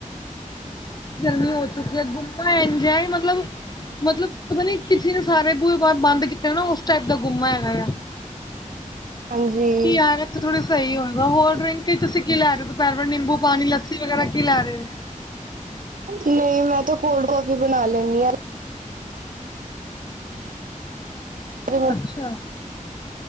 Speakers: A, on the left; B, on the right.
A: ਗਰਮੀ ਹੋ ਚੁੱਕੀ ਹੈ ਗੁੰਮਾ ਐੰਜੋਏ ਮਤਲਬ। ਮਤਲਬ ਪਤਾ ਨੀ ਕਿਸੇ ਨੇ ਸਾਰੇ ਬੂਹੇ ਬੰਦ ਕੀਤੇ ਨਾ ਉਸ ਟਾਈਪ ਦਾ ਗੁੰਮਾ ਹੈਗਾ ਆ।
B: ਹਾਂਜੀ,
A: ਕੀ ਆਦਤ ਤੇ ਥੋੜ੍ਹੀ ਸਹੀ ਹੋਵੇ ਹੋਰ ਡਰਿੰਕ ਤੁਸੀਂ ਕੀ ਲੈ ਰਹੇ ਹੋ ਦੁਪਹਿਰ ਵ ਨਿੰਬੂ ਪਾਣੀ ਲੱਸੀ ਵਗੈਰਾ ਕੀ ਲੈ ਰਹੇ ਹੋ।
B: ਨਹੀਂ ਮੈਂ ਤੇ ਕੋਲਡ ਕੌਫੀ ਬਣਾ ਲੈਨੀ ਆ। <inaudible>
A: ਅੱਛਾ